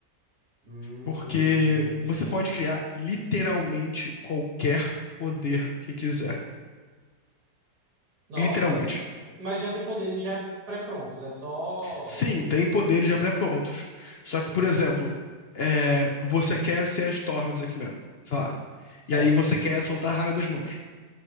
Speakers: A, on the right; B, on the left.
A: Hum,
B: Porque
A: entendi.
B: você pode criar literalmente qualquer poder que quiser.
A: Nossa,
B: Literalmente.
A: e- mas já tem poderes já pré-prontos, é só.
B: Sim, tem poderes já pré-prontos. Só
A: Uhum,
B: que, por exemplo, é, você quer ser a Storm dos X-Men, sei lá.
A: certo.
B: E aí você quer soltar raio das mãos.